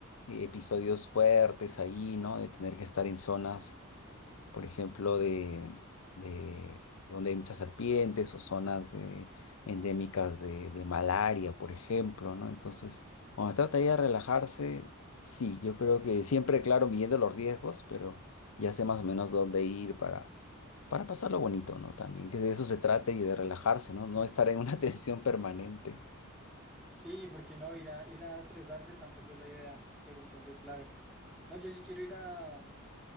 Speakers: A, on the left (about 70°); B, in the centre.
A: eh, episodios fuertes ahí, ¿no? De tener que estar en zonas por ejemplo, de, de donde hay muchas serpientes o zonas eh, endémicas de, de malaria, por ejemplo, ¿no? Entonces, cuando se trata ya de relajarse, sí, yo creo que siempre, claro, midiendo los riesgos, pero ya sé más o menos dónde ir para, para pasarlo bonito, ¿no? También que de eso se trate y de relajarse, ¿no? No estar en una <laughs> tensión permanente.
B: Sí, porque no, ir a, ir a estresarse tampoco es la idea, pero entonces, claro. No, yo sí quiero ir a,